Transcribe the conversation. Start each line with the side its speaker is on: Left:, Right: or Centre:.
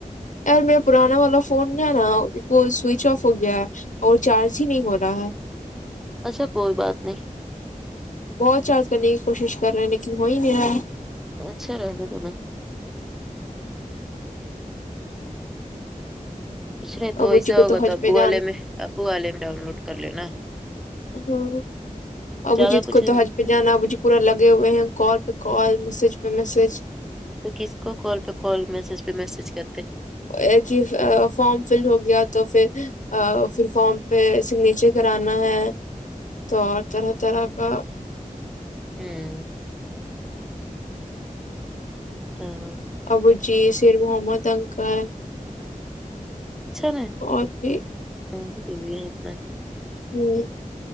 Left: یار میرا پرانا والا فون ہے نا وہ سوئچ آف ہو گیا ہے اور چارج ہی نہیں ہو رہا ہے
Centre: اچھا کوئی بات نہیں
Left: بہت چارج کرنے کی کوشش کر رہے ہیں لیکن ہو ہی نہیں رہا ہے
Centre: اچھا رہےگا تونے اسلئے تو
Left: ابو
Centre: ایسا
Left: جی کو
Centre: ہوگا
Left: حج
Centre: تو ابو
Left: پہ جانا
Centre: والے میں ابو والے میں ڈاؤن لوڈ کر لو نا
Left: ہاں ابو
Centre: زیادہ
Left: جی
Centre: کچھ
Left: کو تو حج پہ جانا ہے ابوجی پورا لگے ہوئے ہیں کال پے کال میسج پے میسج
Centre: تو کس کو کال پے کال میسج پے میسج کرتے ہیں
Left: <unintelligible> فارم فیل ہو گیا تو فیر فیر فارم پے سگنیچر کرانا ہے تو اور طرح طرح کا
Centre: ہمم آمم
Left: ابو جی سیر محمد انکل
Centre: اچھا
Left: اور بھی
Centre: <unintelligible>
Left: ہمم